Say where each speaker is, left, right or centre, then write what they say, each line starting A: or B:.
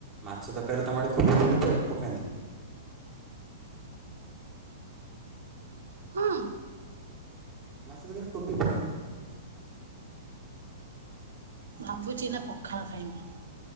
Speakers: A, on the right (about 20°); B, on the right (about 65°).
A: ମାଛ ଦରକାରୀ ତମ ଆଡ଼େ କୋବ ଫୋବି ପଡ଼େ ପକାନ୍ତି।
B: ହଁ
A: ମାଛ ତରକାରୀ ରେ କୋବି ପକାନ୍ତି।
B: ଭାବୁଛି ଏଇନା ପଖାଳ ଖାଇବି।